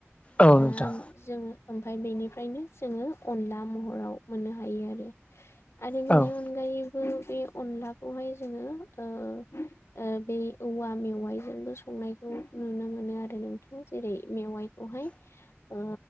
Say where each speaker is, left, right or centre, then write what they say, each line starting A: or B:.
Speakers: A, on the left; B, on the left.
A: औ
B: दा
A: नोंथां
B: जोङो ओमफाय बेनिफ्रायनो जोङो अनला महराव मोननो हायो आरो आरो बेनि
A: औ
B: अनगायै बो बे अनलाखौहाय जोङो ओ ओ बे औवा मेवाइजोंबो संनायखौ नुनो मोनो आरो नोंथां जेरै मेवाइखौहाय ओ